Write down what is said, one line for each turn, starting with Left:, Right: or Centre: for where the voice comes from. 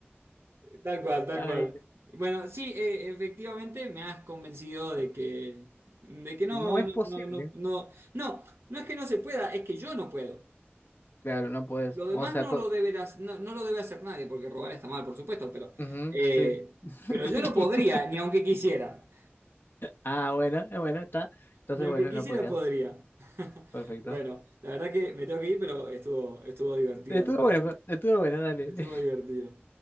Right: Tal cual, tal
Left: Ay,
Right: cual. Bueno, sí, eh, efectivamente me has convencido de que, de que no,
Left: no es
Right: no,
Left: posible.
Right: no, no, no, no, no es que no se pueda, es que yo no puedo.
Left: Claro, no puedes.
Right: Lo demás
Left: O sea,
Right: no
Left: co-
Right: lo deberás, no, no lo debe hacer nadie, porque robar está mal, por supuesto, pero,
Left: Ujú,
Right: eh,
Left: sí. <laughs>
Right: pero yo no podría, ni aunque quisiera.
Left: Ah, bueno, eh, bueno, está. Entonces,
Right: Ni aunque
Left: bueno,
Right: quisiera
Left: no podrías.
Right: podría. <laughs>
Left: Perfecto.
Right: Bueno, la verdad que me tengo que ir, pero estuvo, estuvo divertida
Left: Estuvo
Right: la-
Left: bueno, Juan, estuvo bueno, dale.
Right: estuvo divertido.